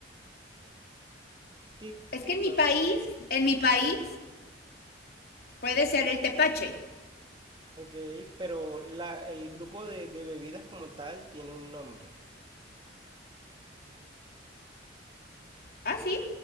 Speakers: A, on the right; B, on the left.
A: tic,
B: Es que en mi
A: toc.
B: país, en mi país, puede ser el tepache.
A: Ok, pero la, el grupo de, de bebidas como tal tiene un nombre.
B: ¿Ah, sí?